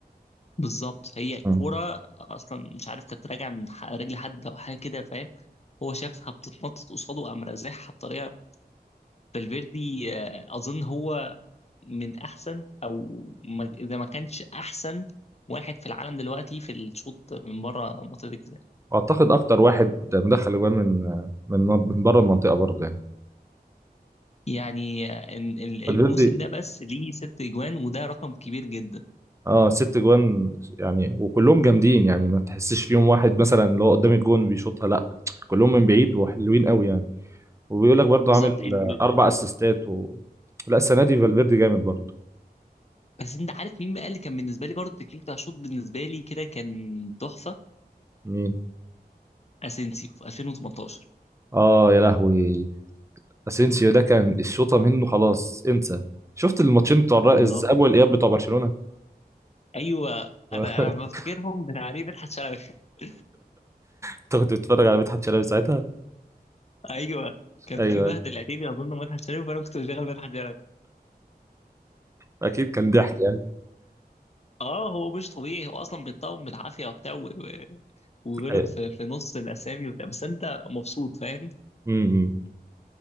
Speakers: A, on the left; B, on the right.
A: بالظبط هي
B: آه.
A: كرة أصلا مش عارف كانت راجعة من ح- رجل حد أو حاجة كده فاهم هو شافها بتتنطط قصاده قام رازعها بطريقة فالفيردي آه، أظن هو من احسن او ما- اذا ما كانش احسن واحد في العالم دلوقتي في الشوط من بره منطقه الجزاء
B: واعتقد اكتر واحد مدخل اجوان من من من بره المنطقه برضه يعني
A: يعني إن- ال- الموسم
B: فالفيردي
A: ده بس ليه ست اجوان وده رقم كبير جدا
B: اه ست جوان يعني وكلهم جامدين يعني ما تحسش فيهم واحد مثلا اللي هو قدام الجون بيشوطها لا كلهم من بعيد وحلوين قوي يعني وبيقول لك برضه
A: بالظبط
B: عامل
A: ال
B: آه،
A: ال
B: اربع اسيستات و... لا السنه دي فالفيردي جامد برضه
A: بس انت عارف مين بقى اللي كان بالنسبه لي برضه التكنيك بتاع الشوط بالنسبه لي كده كان تحفه
B: مين
A: اسينسيو في 2018
B: اه يا لهوي اسينسيو ده كان الشوطه منه خلاص انسى شفت الماتشين بتوع الر-
A: بالظبط
B: الذهاب والاياب بتوع برشلونه
A: ايوه
B: <laughs>
A: انا انا بفتكرهم بتعليق مدحت شلبي <laughs>
B: انت كنت بتتفرج على مدحت شلبي ساعتها
A: ايوه كان
B: ايوه
A: في مهد
B: ايوه
A: العتيبي اظن مدحت شلبي فانا كنت بشغل مدحت شلبي
B: اكيد كان ضحك يعني
A: اه هو مش طبيعي هو اصلا بيتطور بالعافيه وبتاع و- و- وغلط
B: أيوة.
A: في, في نص الاسامي وبتاع بس انت مبسوط فاهم
B: م- م.